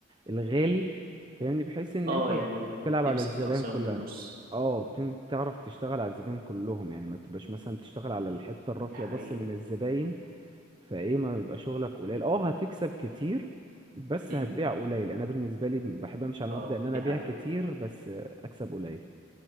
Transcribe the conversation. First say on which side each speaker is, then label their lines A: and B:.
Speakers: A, on the right; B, on the right.
A: الغالي فاهمني بحيث ان
B: اه
A: انت بت-
B: يعني
A: تلعب
B: تمسك
A: على الزبائن
B: العصاية
A: كلها
B: من النص
A: اه تم- تعرف تشتغل على الزبائن كلهم يعني ما تبقاش مثلا بتشتغل على الحتة الراقية
B: دي حقيقة
A: بس من الزباين فايه ما يبقى شغلك قليل اه هتكسب كتير بس
B: امم
A: هتبيع قليل انا بالنسبة لي بحب امشي على
B: اه
A: مبدأ ان انا
B: دي
A: ابيع
B: حقيقة
A: كتير بس اكسب قليل